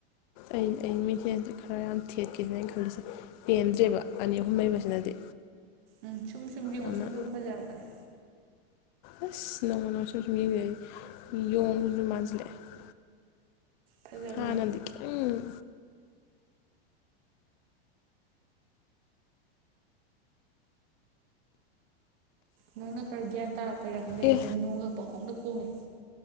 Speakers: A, on the left (about 45°); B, on the right (about 60°).
A: ꯑꯩ ꯑꯩ ꯃꯤꯁꯦꯟꯁꯦ ꯈꯔ ꯌꯥꯝ ꯊꯦꯠꯀꯦꯅ ꯑꯩꯅ ꯈꯟꯂꯤꯁꯦ ꯄꯦꯟꯗ꯭ꯔꯦꯕ ꯑꯅꯤ ꯑꯍꯨꯝ ꯂꯩꯕꯁꯤꯅꯗꯤ
B: ꯎꯝ ꯁꯨꯝ ꯁꯨꯝ ꯌꯦꯡꯉꯣ
A: ꯑꯗꯨꯅ
B: ꯁꯨꯝ ꯁꯨꯝ ꯐꯖꯔꯛꯄꯅꯦ
A: ꯑꯁ ꯅꯪꯡꯃ ꯅꯣꯡꯃ ꯁꯨꯝ ꯁꯨꯝ ꯌꯦꯡꯕꯗꯩꯗꯤ ꯌꯣꯡꯕꯨ ꯃꯥꯟꯁꯤꯜꯂꯛꯑꯦ
B: ꯐꯖꯕꯅꯦ
A: ꯍꯥꯟꯅꯗꯤ ꯈꯤꯇꯪ ꯎꯝ
B: ꯅꯪꯅ ꯈꯔ ꯒ꯭ꯌꯥꯟ ꯇꯥꯔꯛꯄꯩꯔꯥ ꯈꯪꯗꯦ ꯉꯁꯤꯁꯦ
A: ꯑꯦ
B: ꯅꯣꯡꯒ ꯄꯪꯈꯣꯡꯗ ꯈꯣꯡꯉꯦ